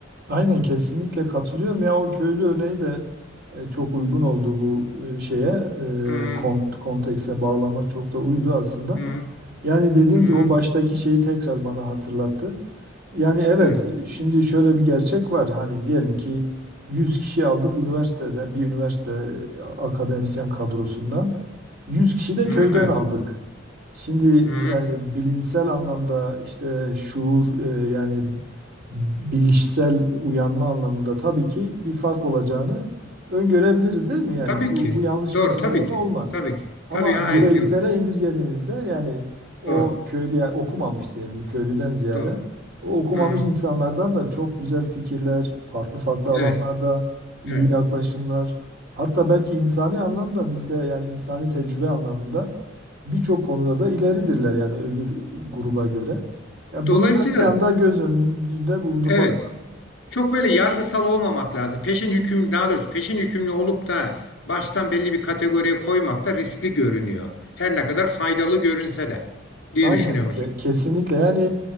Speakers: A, on the right; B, on the left.
A: Aynen kesinlikle katılıyorum ya o köylü örneği de e, çok uygun oldu bu e, şeye e,
B: Hı
A: kon- kontekse bağlama çok da uydu aslında.
B: hı
A: Yani dediğim
B: hı. hı.
A: gibi o baştaki şeyi tekrar bana hatırlattı. Yani evet
B: Buyurun.
A: şimdi şöyle bir gerçek var. Hani diyelim ki 100 kişi aldık üniversiteden bir üniversite akademisyen kadrosundan 100 kişi de
B: Hı
A: köyden
B: hı, evet.
A: aldık. Şimdi
B: Hı hı.
A: yani bilimsel anlamda işte şuur e, yani bilişsel uyanma anlamında tabii ki bir fark olacağını öngörebiliriz değil mi? Yani
B: Tabii
A: bu,
B: ki.
A: bu yanlış
B: Doğru
A: bir genelleme
B: tabii ki.
A: olmaz.
B: Tabii ki.
A: Ama
B: Tabii ya hayır
A: bireysele
B: yok.
A: indirgediğimizde yani o
B: Doğru.
A: köylüye okumamış diyelim köylüden ziyade
B: Doğru.
A: o okumamış
B: Hı hı.
A: insanlardan da çok güzel fikirler, farklı farklı alanlarda
B: Evet.
A: iyi
B: Evet.
A: yaklaşımlar, hatta belki insani anlamda bizde yani insani tecrübe anlamında birçok konuda da ileridirler yani öbür gruba göre. Ya
B: Dolayısıyla
A: bunu da bir anda göz önünde bulundurmak
B: evet çok böyle yargısal olmamak lazım. Peşin hüküm daha doğrusu peşin hükümlü olup da baştan belli bir kategoriye koymak da riskli görünüyor. Her ne kadar faydalı görünse de diye
A: Aynen
B: düşünüyorum
A: ke-
B: hocam.
A: kesinlikle yani